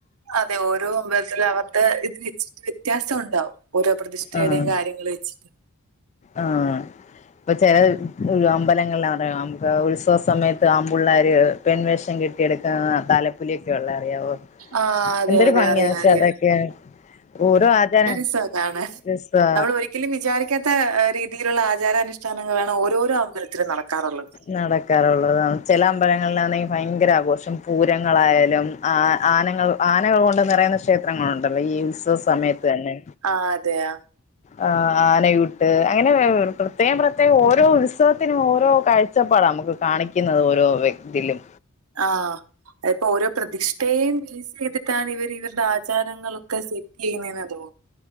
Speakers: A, on the right (about 85°); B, on the left (about 30°).
A: അതെ ഓരോ അമ്പലത്തിലു അവർടെ ഇത് വെച്ചിട്ട് വ്യത്യാസം ഉണ്ടാവും ഓരോ പ്രതിഷ്ഠടെ
B: ആഹ്
A: കാര്യങ്ങൾ വെച്ചിട്ട്
B: ആഹ് ഇപ്പൊ ചെലത് ഈ അമ്പലങ്ങളാറിയോ നമുക്ക് ഉത്സവ സമയത്ത് ആമ്പുള്ളര് പെൺവേഷം കെട്ടിയെടുക്കാ തലപ്പുലിയൊക്കെ ഉള്ള അറിയാവോ
A: ആഹ് അതെ
B: എന്തൊരു
A: അതെ
B: ഭംഗിയ
A: അറിയാം
B: പക്ഷേ
A: അറിയാം
B: അതൊക്കെയാ ഓരോ ആചാര
A: രസവ കാണാൻ
B: രസാ
A: നമ്മൾ ഒരിക്കലും വിചാരിക്കാത്ത ഏ രീതിലുള്ള ആചാരാനുഷ്ഠാനങ്ങളാണ് ഓരോരോ അമ്പലത്തിലും നടക്കാറുള്ളത്
B: നടക്കാറുള്ളതണ് ചില അമ്പലങ്ങളിലാന്നെ ഭയങ്കര ആഘോഷം പൂരങ്ങളായാലും ആ ആനങ്ങൾ ആനകൾ കൊണ്ട് നിറയുന്ന ക്ഷേത്രങ്ങളുണ്ടല്ലോ ഈ ഉത്സവ സമയത്ത് തന്നെ
A: ആ അതെയാ
B: ആ ആനയൂട്ട് അങ്ങനെ പെ പ്രത്യേകം പ്രത്യേകം ഓരോ ഉത്സവത്തിനും ഓരോ കാഴ്ചപ്പാടാ നമുക്ക് കാണിക്കുന്നത് ഓരോ വ്യക്തിയിലും
A: ആഹ് ഇപ്പോ ഓരോ പ്രതിഷ്ഠേയും ഫെയ്സ് ചെയ്തിട്ടാണ് ചെയ്തിട്ടാണ് ഇവര് ഇവർടെ ആചാരങ്ങളൊക്കെ സെറ്റ് ചെയ്യുന്നെന്ന തോ